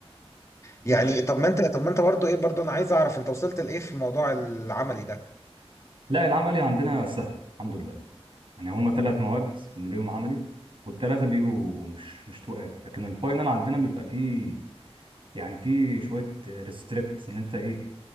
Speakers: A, on the left; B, on the right.
A: يعني
B: ماشي
A: طب ما انت طب ما انت برضه ايه برضه انا عايز اعرف انت وصلت لايه في موضوع العملي ده
B: لا العملي عندنا سهل الحمد لله يعني هما ثلاث مواد اللي ليهم عملي والثلاثة بيجوا مش مش تقال لكن الفاينل عندنا بيبقى فيه يعني فيه شوية ريستريكت ان انت ايه